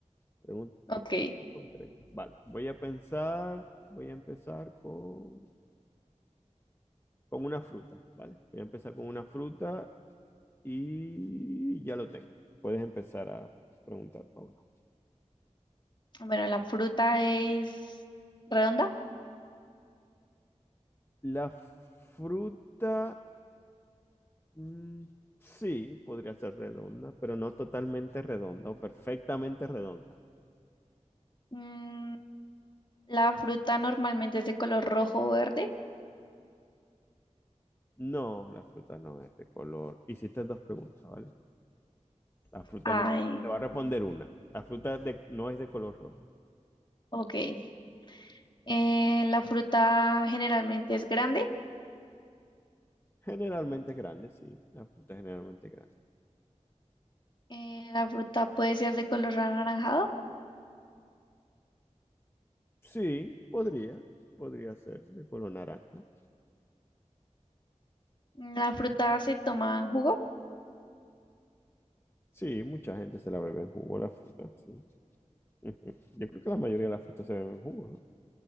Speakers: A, on the left (about 20°); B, on the left (about 40°).
A: Pregun-
B: Ok,
A: Preguntas concretas. Vale, voy a pensar, voy a empezar con... con una fruta, ¿vale? Voy a empezar con una fruta y ya lo tengo. Puedes empezar a preguntar, Pablo.
B: bueno, la fruta es redonda.
A: La fruta, mm, sí, podría ser redonda, pero no totalmente redonda o perfectamente redonda.
B: Mm, la fruta normalmente es de color rojo o verde.
A: No, la fruta no es de color. Hiciste dos preguntas, ¿vale? La fruta
B: Ay,
A: no, te va a responder una. La fruta de- no es de color rojo.
B: ok. Eh, la fruta generalmente es grande.
A: Generalmente es grande, sí. La fruta es generalmente es grande.
B: Eh, la fruta puede ser de color anaranjado.
A: Sí, podría, podría ser de color naranja.
B: Mm, La fruta se toma en jugo.
A: Sí, mucha gente se la bebe en jugo la fruta, sí. <laughs> Yo creo que la mayoría de las frutas se beben en jugo, ¿no?